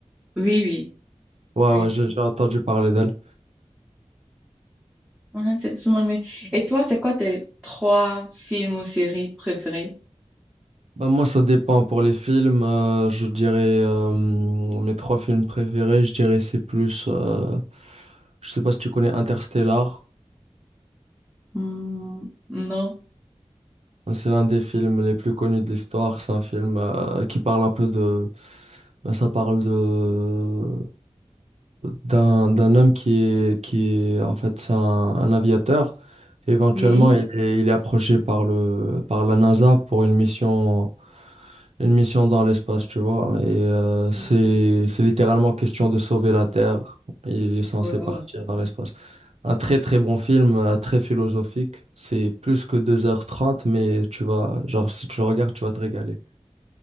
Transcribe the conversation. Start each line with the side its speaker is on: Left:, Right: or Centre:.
Centre: Oui, oui,
Right: Ouais,
Centre: oui.
Right: ouais, j'ai j'ai entendu parler d'elle.
Centre: Ouais, c'est sûrement mieux. Et toi, c'est quoi tes trois films ou séries préférés?
Right: Bah, moi, ça dépend. Pour les films, euh, je dirais euh, mes trois films préférés, je dirais c'est plus. euh, je sais pas si tu connais Interstellar.
Centre: Hmm, non.
Right: Euh, C'est l'un des films les plus connus de l'histoire. C'est un film euh, qui parle un peu de. bah, ça parle de d'un d'un homme qui est qui est en fait c'est un, un aviateur. Éventuellement,
Centre: Oui.
Right: il est, il est approché par le par la NASA pour une mission une mission dans l'espace, tu vois. Et euh, c'est
Centre: Oui.
Right: c'est littéralement question de sauver la Terre. Il est censé
Centre: Oh là.
Right: partir dans l'espace. Un très très bon film, euh, très philosophique. C'est plus que deux heures trente mais tu vas genre si tu le regardes, tu vas te régaler.